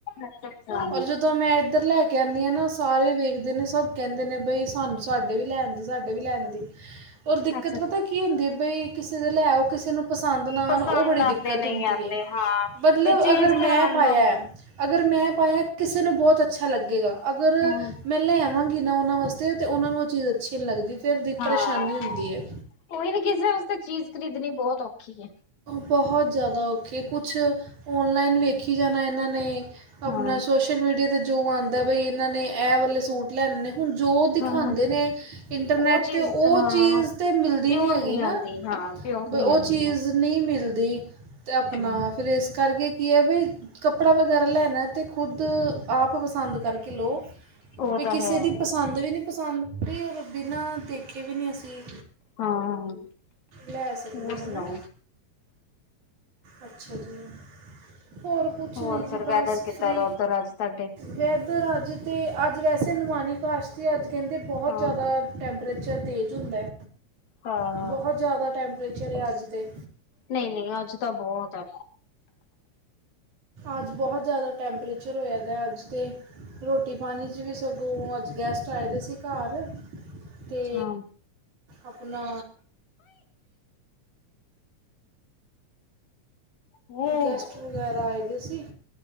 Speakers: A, on the left (about 75°); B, on the right (about 90°).
A: ਅੱਛਾ-ਅੱਛਾ
B: ਔਰ ਜਦੋਂ ਮੈਂ ਇੱਧਰ ਲੈ ਕਹਿੰਨੇ ਆਂ ਨਾ ਸਾਰੇ ਵੇਖਦੇ ਨੇ, ਸਭ ਕਹਿੰਦੇ ਨੇ ਬਈ, ਸਾਨੂੰ ਸਾਡੇ ਵੀ ਲੈ ਆਂਦੀ, ਸਾਡੇ ਵੀ ਲੈ ਆਂਦੀ। ਓਰ ਦਿੱਕਤ
A: ਅੱਛਾ-ਅੱਛਾ
B: ਪਤਾ ਕੀ ਹੁੰਦੀ ਬਈ, ਕਿਸੇ ਦੇ ਲੈ ਆਓ, ਕਿਸੇ ਨੂੰ ਪਸੰਦ ਨਾ
A: ਪਸੰਦ
B: ਆਨ ਉਹ ਬੜੀ ਦਿੱਕਤ
A: ਆਂਦੇ ਨਹੀਂ
B: ਹੁੰਦੀ
A: ਆਂਦੇ
B: ਏ,
A: ਹਾਂ ਫਿਰ
B: ਮਤਲਬ
A: ਚੇਂਜ
B: ਅਗਰ ਮੈਂ
A: ਕਰਾਣ
B: ਪਾਇਆ
A: ਦਾ
B: ਅਗਰ ''ਮੈਂ ਪਾਇਆ ਕਿਸੇ ਨੂੰ ਬਹੁਤ ਅੱਛਾ ਲੱਗੇਗਾ, ਅਗਰ
A: ਹੂੰ
B: 'ਮੈਂ' ਲੈ ਆਵਾਂਗੀ ਨਾ ਉਹਨਾਂ ਵਾਸਤੇ, ਤੇ ਉਹਨਾਂ ਨੂੰ ਉਹ ਚੀਜ਼ ਅੱਛੀ ਨਹੀਂ ਲੱਗਦੀ। ਫਿਰ ਦੀ
A: ਹਾਂ,
B: ਪਰੇਸ਼ਾਨੀ ਹੁੰਦੀ ਹੈ
A: ਉਹੀ ਨ ਕਿਸੇ ਵਾਸਤੇ ਚੀਜ਼ ਖਰੀਦਣੀ ਬਹੁਤ ਔਖੀ ਏ।
B: ਬਹੁਤ ਜ਼ਿਆਦਾ ਅਉਖੀ ਏ, ਕੁਛ ਔਨਲਾਈਨ ਵੇਖੀ ਜਾਣਾ ਇਹਨਾਂ ਨੇ ਅਪਨਾ
A: ਹਾਂ।
B: ਸੋਸ਼ਲ ਮੀਡੀਆ 'ਤੇ ਜੋ ਆਂਦਾ, ਬਈ ਇਹਨਾਂ ਨੇ ਐ ਵਾਲੇ ਸੂਟ ਲੈਨੇ ਹੁਣ ਜੋ ਦਿਖਾਂਦੇ
A: ਹਾਂ
B: ਨੇ ਇੰਟਰਨੈਟ
A: ਉਹ ਚੀਜ਼
B: ਤੇ, ਉਹ
A: ਹਾਂ
B: ਚੀਜ਼ ਤਾ ਮਿਲਦੀ
A: ਪਿਓਰ
B: ਨੀ ਹੈਗੀ
A: ਨਹੀਂ
B: ਨਾ।
A: ਆਉਂਦੀ ਹਾਂ ਪਿਓਰ
B: ਬ,
A: ਨਹੀਂ
B: ਉਹ
A: ਆਉਂਦੀ
B: ਚੀਜ਼ ਨਹੀਂ ਮਿਲਦੀ, ਤੇ ਆਪਨਾ,
A: ਹਮ
B: ਫਿਰ ਇਸ ਕਰਕੇ ਕੀ ਐ ਵੀ, ਕੱਪੜਾ ਵਗੈਰਾ ਲੈਣਾ ਤੇ, ਖੁਦ, ਆਪ ਪਸੰਦ ਕਰਕੇ ਲਓ।
A: ਉਹ
B: ਵੀ ਕਿਸੇ
A: ਤਾਂ ਹੈ।
B: ਦੀ ਪਸੰਦ ਵੀ ਨੀ ਪਸੰਦ ਆਂਦੀ, ਔਰ ਬਿਨਾਂ ਦੇਖੇ ਵੀ ਨੀ ਅਸੀਂ
A: ਹਾਂ-ਹਾਂ,
B: ਲੈ ਸਕਦੇ
A: ਹੋਰ
B: ਹੈ
A: ਸੁਣਾਓ?
B: ਨਾ ਅੱਛਾ ਜੀ, ਹੋਰ ਕੁਛ
A: ਹੋਰ
B: ਨਹੀਂ ਜੀ,
A: ਫਿਰ
B: ਬਸ
A: ਵੈਦਰ ਕਿੱਦਾਂ
B: ਫ੍ਰੀ।
A: ਦਾ ਉੱਧਰ ਅੱਜ ਤੁਹਾਡੇ?
B: ਵੈ ਦਰ ਅੱਜ ਤੇ, ਅੱਜ ਵੈਸੇ ਨੁਮਾਨੀਕਾਸ਼ ਤੇ, ਅੱਜ ਕਹਿੰਦੇ ਬਹੁਤ
A: ਹਾਂ
B: ਜ਼ਿਆਦਾ ਟੈਂਪ ਟੈਂਪਰੇਚਰ ਤੇਜ਼ ਹੁੰਦਾ,
A: ਹਾਂ।
B: ਬਹੁਤ ਜ਼ਿਆਦਾ ਟੈਂਪਰੇਚਰ ਏ, ਅੱਜ ਤੇ।
A: ਨਹੀਂ-ਨਹੀਂ, ਅੱਜ ਤਾ ਬਹੁਤ ਐ।
B: ਅੱਜ ਬਹੁਤ ਜ਼ਿਆਦਾ ਟੈਂਪਰੇਚਰ ਹੋਇਆਦਾ, ਅੱਜ ਤੇ ਰ੍ਹੋਟੀ-ਪਾਣੀ'ਚ ਵੀ ਸਗੋਂ, ਅੱਜ ਗੈਸਟ ਆਏਦੇ ਸੀ ਘਰ ਤੇ
A: ਅੱਛਾ।
B: ਅਪਨਾ
A: ਉਹ
B: ਗੈਸਟ ਵਗੈਰਾ ਆਏਦੇ ਸੀ,